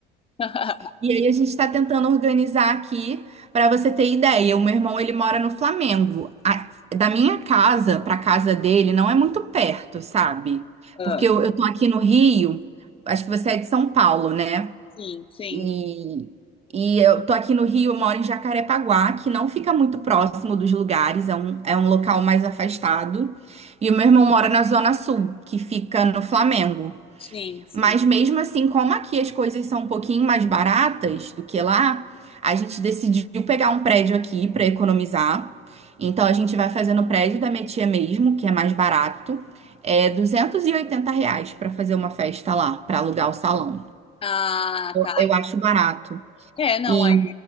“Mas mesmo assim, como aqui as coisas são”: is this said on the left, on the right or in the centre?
Right